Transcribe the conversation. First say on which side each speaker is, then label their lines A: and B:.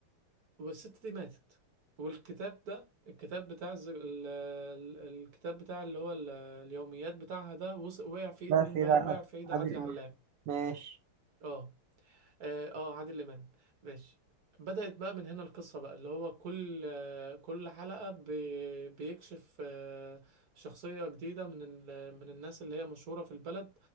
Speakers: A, on the right; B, on the right.
A: والست دي ماتت والكتاب ده الكتاب بتاع الز... ال... ال- الكتاب بتاع اللي هو ال... اليوميات بتاعها ده وص... وقع في ايد
B: لا
A: مين
B: في
A: بقى
B: لا
A: وقع في ايد
B: عادل
A: عادل علام
B: إمام. ماشي
A: اه اه آه، عادل امام ماشي بدأت بقى من هنا القصة بقى اللي هو كل آه، كل حلقة ب... بيكشف آه، شخصية جديدة من ال... من الناس اللي هي مشهورة في البلد